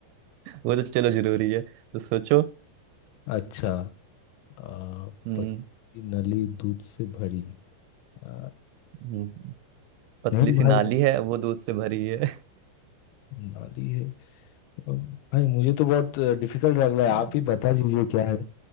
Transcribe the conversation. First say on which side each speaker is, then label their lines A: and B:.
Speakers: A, on the right; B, on the left.
A: वो तो चलो जरूरी है तो सोचो
B: अच्छा आ,
A: हम्म
B: पतली सी नली दूध से भरी आ,
A: हम्म, पतली
B: नहीं
A: सी
B: भाई
A: नाली है वो दूध से भरी है
B: नाली है अ, भाई मुझे तो बहुत डिफिकल्ट लग रहा है
A: हम्म,
B: आप ही बता दीजिए क्या है